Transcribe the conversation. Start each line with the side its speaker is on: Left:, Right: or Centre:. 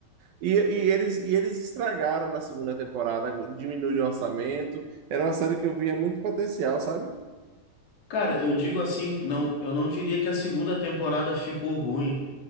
Right: E, e eles, e eles estragaram na segunda temporada, diminuíram o orçamento. Era uma série que eu via muito potencial, sabe?
Left: Cara, eu digo assim, que não, eu não diria que a segunda temporada ficou ruim,